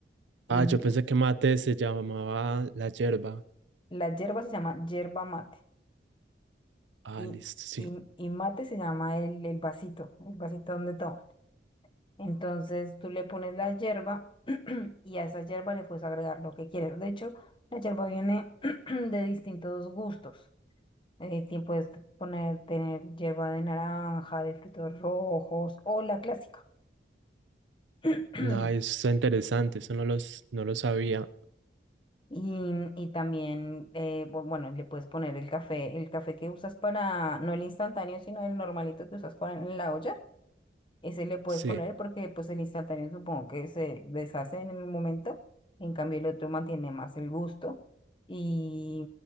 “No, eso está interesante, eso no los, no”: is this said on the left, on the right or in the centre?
Right